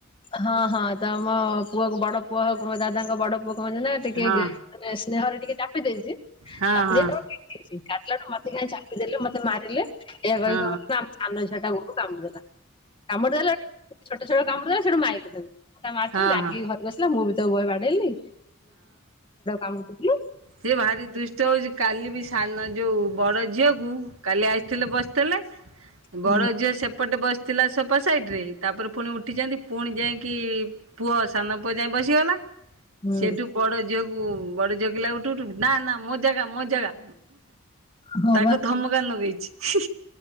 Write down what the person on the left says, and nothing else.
ହଁ ହଁ ତମ ପୁଅ ବଡ ପୁଅ ହଉ କଣ ଦାଦାଙ୍କ ବଡ ପୁଅ କଣ ନା ଟିକେ
ମାନେ ସ୍ନେହରେ ଟିକେ ଚାପି ଦେଇଛି ଚାପି
ଦେଇ କାଟିଲାଠୁ ମତେ କାହିଁ ଛାପି ଦେଲେ ମତେ ମାରିଲେ ଏହା
କହି ସାନ ଛୁଆଟା ଗୋଡକୁ କାମୁଡିଦେଲା। କାମୁଡି ଦେଲେ ଛୋଟ ଛୋଟ କାମୁଡି ଦେ ସେଠୁ ମାଇଲେ ତାକୁ
ଦେବୁ
ମାରୁିିବୁ। ବସିଲା ମୁଁ ବି ତୋ ବହେ ବାଡେଇଲି କାମୁଥିଲୁ।
ହୁଁ
ହୁଁ
ହଁ
ବା।